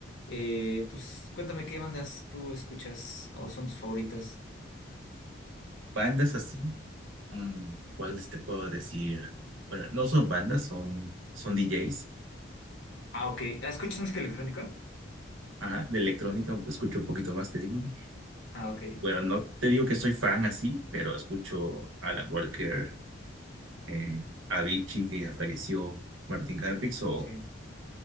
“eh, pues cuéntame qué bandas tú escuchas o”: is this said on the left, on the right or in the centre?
Left